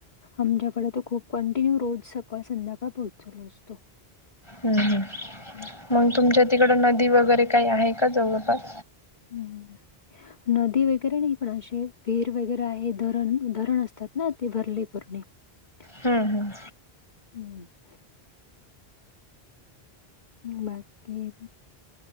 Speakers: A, on the left; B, on the left.
A: आमच्याकडे तर खूप कंटिन्यू रोज सकाळ संध्याकाळ पाऊस चालू असतो.
B: हं हं
A: हं,
B: मग तुमच्या तिकडं नदी वगैरे काय आहे का जवळपास?
A: अं हम्म. नदी वगैरे नाही, पण असे विहिर वगैरे आहे धरण धरण असतात ना ते भरले पूरणे. <unintelligible>
B: हम्म हम्म.
A: <inaudible> बाकी,